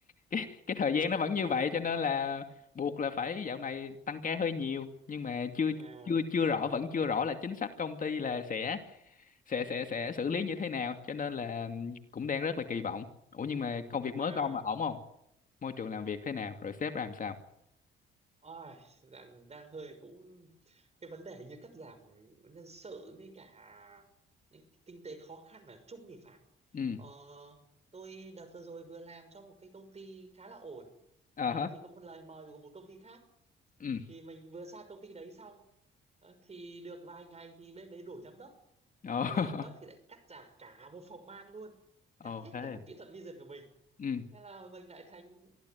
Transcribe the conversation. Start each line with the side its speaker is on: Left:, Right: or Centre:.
Left: cái cái thời gian nó vẫn như vậy cho nên là buộc là phải dạo này tăng ca hơi nhiều nhưng mà chưa
Right: à,
Left: chưa chưa rõ vẫn chưa rõ là chính sách công ty là sẽ sẽ sẽ sẽ xử lý như thế nào cho nên là cũng đang rất là kỳ vọng ủa nhưng mà công việc
Right: à,
Left: mới của ông là ổn không môi trường làm việc thế nào rồi sếp ra làm sao
Right: ôi, đang, đang hơi cũng cái vấn đề như cắt giảm nhân sự với cả những kinh tế khó khăn ở chung thì phải.
Left: ừ
Right: Ờ, tôi đợt vừa rồi vừa làm cho một cái công ty khá là ổn.
Left: ờ
Right: Ờ,
Left: hả
Right: thì có một lời mời của một công ty khác
Left: ừ
Right: thì mình vừa sang công ty đấy xong ờ, thì được vài ngày thì bên đấy đổi giám đốc
Left: ồ <laughs>
Right: đổi giám đốc thì lại cắt giảm cả một phòng ban luôn
Left: ồ
Right: cắt hết
Left: thế
Right: cái phòng kỹ thuật vision của mình
Left: ừ
Right: thế là mình lại thành